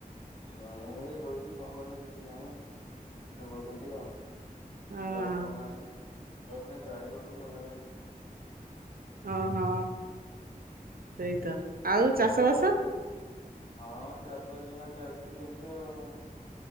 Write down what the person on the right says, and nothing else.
ଓହୋ
ହଁ ହଁ ସେଇତ ଆଉ ଚାଷ ବାସ ।